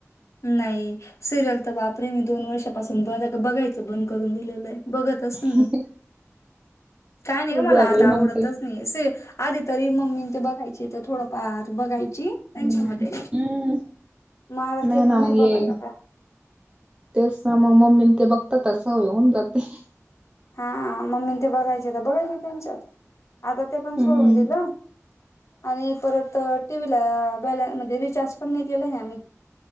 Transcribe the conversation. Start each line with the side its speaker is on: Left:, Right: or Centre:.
Left: नाही. सिरियल तर बापरे, मी दोन वर्षापासून ब बघायचं बंद करून दिलेलं ये. बघतच नाही
Right: <unintelligible>
Left: मी काय नाही
Right: तुझा
Left: गं. मला
Right: बाई
Left: आता आवडतच
Right: मग ते
Left: असंय, आधी तरी मम्मीन ते बघायचे. तर थोडंफार बघायची.
Right: हम्म
Left: त्यांच्यामध्ये.
Right: हम्म
Left: माला
Right: नाही
Left: ते
Right: ना
Left: पण नाही
Right: मग ये
Left: बघत आता
Right: तेच म. मम्मी ते बघतात त सवय होऊन जाते.
Left: हा मम्मी ते बघायचे त बघायचे त्यांच्यात. आता ते
Right: हम्म
Left: पण सोडून दिलं. आणि परत टी व्ही ला, बॅल म्हनजे रिचार्ज पण नाही केलाय आम्ही.